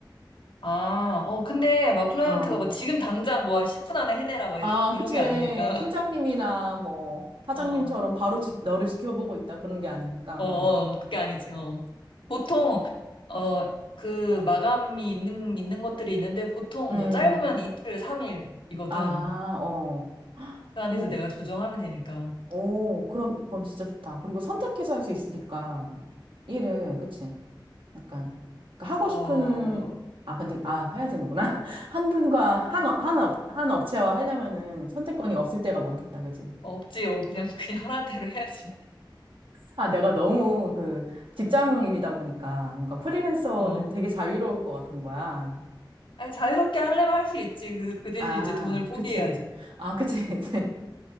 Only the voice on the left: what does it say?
아, 어, 근데 막 클라이언트가
뭐 지금 당장 뭐 10분 안에 해내라 뭐
이런, 이런
게 아니니까.
<laughs>
어,
어, 어, 그게 아니지. 어. 보통, 어, 그 마감이 있는, 있는 것들이 있는데 보통
뭐 짧으면 이틀, 삼일이거든그
안에서
내가 조정하면 되니까.
어,
없지요. 그냥, <laughs> 그냥 하라는 대로 해야지.
어.
아니, 자유롭게 하려면 할 수 있지. 그, 그 대신
이제 돈을 포기해야지.